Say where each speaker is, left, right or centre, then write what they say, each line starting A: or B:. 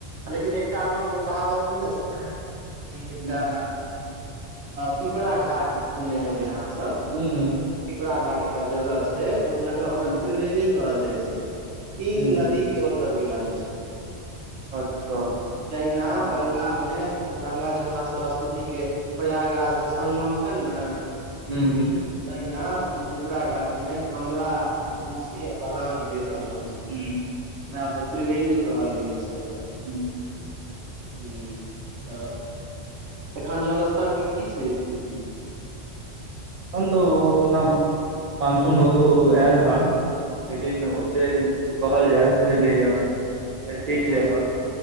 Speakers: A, on the right (about 80°); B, on the right (about 55°).
A: लेकिन एकटा अपना सबके कहावत सुनने छियै, एकटा
B: हूँ
A: पिपरा घाट सुनने हेबै अहाँ सब
B: हूं-हूं।
A: पिपराघाट एकटा जगह छै, ओ जगह ओकरा
B: हूँ
A: त्रिवेणी कहल जाइ छै। तीन
B: हूँ
A: नदी के ओतऽ मिलन छै।
B: अच्छा!
A: जहिना
B: हँ
A: गंगा में गङंगा, जमुना, सरस्वती के प्रयागराज में संगगम छैन ने।
B: हू- हू।
A: तहिना पिपरा घाट में, कमला, कोशी, आ बलान के संगम छै।
B: हूं।
A: तैं ओकर त्रिवेणी कहल गेल छै एतऽ।
B: ह
A: ह तऽ एखन जल स्तरके की छै स्थिति?
B: एखन तऽ ओ ओना मानसून ओतौ आयल हन लेकिन से जे कहल जाय से नहि यऽ। लेकिन
A: हँ
B: ठीक यऽ एखन